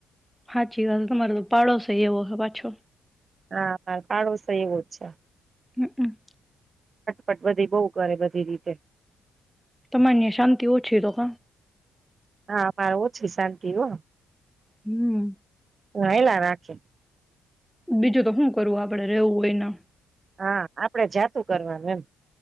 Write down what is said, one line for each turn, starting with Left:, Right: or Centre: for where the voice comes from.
Centre: હાચી વાત તમારો તો પાડોશ એવો. હવા છો.
Right: હા, પાડોસ એવો જ છે.
Centre: હમ હમ.
Right: ફટપટ બધી બહુ કરે બધી રીતે.
Centre: તમને શાંતિ ઓછી તો ક.
Right: હા અમારે ઓછી શાંતિ હો.
Centre: હમ્મ
Right: હાયલા રાખ
Centre: બીજું તો હું કરવું આપડે રેવું હોયના.
Right: હા, આપડે જાતું કરવાનું એમ.